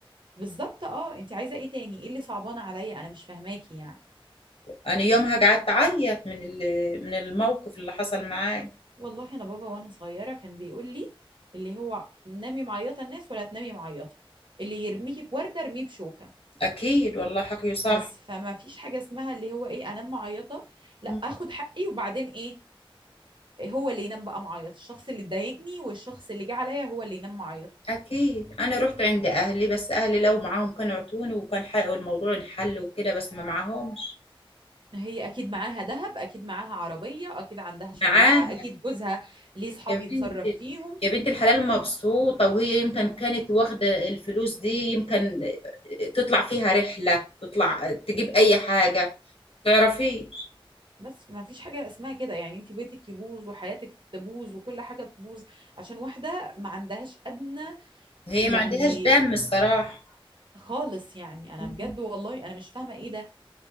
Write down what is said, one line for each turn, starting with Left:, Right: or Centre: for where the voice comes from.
Right: بالظبط اه انت عايزة ايه تاني ايه اللي صعبان عليا انا مش فاهماكي يعني
Left: انا يومها قعدت اعيط من ال- من الموقف اللي حصل معاي
Right: والله انا بابا وانا صغيره كان بيقول لي اللي هو نامي معيطه الناس ولا تنامي معيطه اللي يرميكي بورده ارميه بشوكه
Left: اكيد والله حكيه صح
Right: بس فما فيش حاجه اسمها اللي هو ايه انام معيطه لا
Left: مم.
Right: اخد حقي وبعدين ايه هو اللي ينام بقى معيط الشخص اللي ضايقني والشخص اللي جه عليا هو اللي ينام معيط
Left: اكيد انا رحت عند اهلي بس اهلي لو معاهم كانوا عطوني وكان حقق الموضوع انحل وكده بس ما معاهمش
Right: هي اكيد معاها ذهب اكيد معاها عربيه اكيد عندها شغلها
Left: معاها
Right: اكيد جوزها ليه صحاب
Left: يا
Right: يتصرف
Left: بنت
Right: فيهم
Left: يا بنت الحلال مبسوطة وهي يمكن كانت واخدة الفلوس دي يمكن تطلع فيها رحلة تطلع تجيب أي حاجة تعرفيش
Right: بس ما فيش حاجة اسمها كده يعني انت بيتك يبوظ وحياتك تبوظ وكل حاجة تبوظ عشان واحدة ما عندهاش أدنى
Left: هي
Right: يعني
Left: ما عندهاش دم الصراحة
Right: خالص يعني انا
Left: مم.
Right: بجد والله انا مش فاهمة ايه ده